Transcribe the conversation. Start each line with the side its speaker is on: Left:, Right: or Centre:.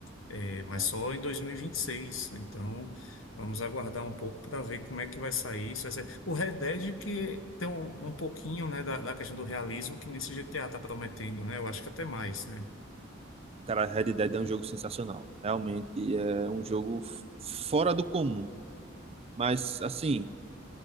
Left: é, mas
Right: né?
Left: só em 2026. Então, vamos aguardar um pouco para ver como é que vai sair isso. Vai ser... O Red Dead que tem um, um pouquinho, né, da, da questão do realismo que nesse GTA tá prometendo, né? Eu acho que até mais, né?
Right: Cara, Red Dead é um jogo sensacional. Realmente é um jogo f- fora do comum. Mas, assim,